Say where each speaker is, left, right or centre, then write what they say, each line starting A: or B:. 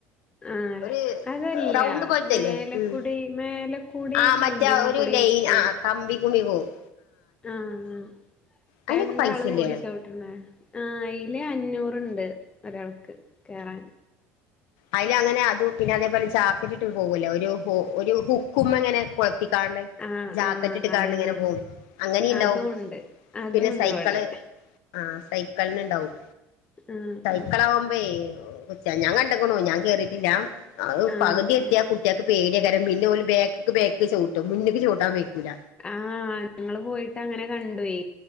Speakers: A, on the left; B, on the left.
A: ആഹ്
B: ഒരു
A: അതല്ല
B: റൗണ്ട് പോലത്തല്ലേ
A: മേലക്കുടി
B: ഉം
A: മേലക്കൂടി
B: ആഹ്
A: കമ്പിമ്മക്കൂടി
B: മറ്റേ ഒരു ലൈൻ
A: പോവും
B: ആ കമ്പി കൂടി പോകും
A: ആഹ് ആഹ്
B: അതിനൊക്കെ
A: രണ്ട്
B: പൈസല്ലേ
A: ആള് കൂടി ചൗ ട്ടണെ ആഹ് അയില് അഞ്ഞൂറ് ഒണ്ട് ഒരാൾക്ക് കേറാൻ
B: അതില അങ്ങനെ അത് പിന്നെ അതേപോലെ ചാക്കലറ്റ് ഇട്ട് പോകല്ലോ ഒരു ഒരു ഹുക്കുമ്മെ ഇങ്ങനെ കൊള്ത്തിക്കാണ്ട്
A: ആഹ്
B: ജാക്കറ്റ്
A: ആഹ്
B: ഇട്ട് കാണം
A: അതന്നെ
B: ഇങ്ങനെ പോകും അങ്ങനെ ഇണ്ടാവും
A: അതുണ്ട് അതുണ്ട്
B: പിന്നെ സൈക്കള്
A: ഇവിടെ
B: ആഹ് സൈക്കളിന് ഇണ്ടാവും
A: ആഹ്
B: മക്കളാവുമ്പൊഴേ കൊച്ച ഞാൻ കണ്ടെക്കണു ഞാൻ കേറിട്ടില്ല അത്
A: ആഹ്
B: പകുതി
A: ആഹ്
B: എത്തിയ കുട്ടിക്ക് പേടിയ കാരണം പിന്നെ ഓല് ബേക്കക്ക് ബേക്ക് ചവിട്ടും മുന്നേക്ക് ചവുട്ടാൻ വെക്കൂല
A: ആഹ് ഞങ്ങള് പോയിട്ട് അങ്ങനെ കണ്ടുവേ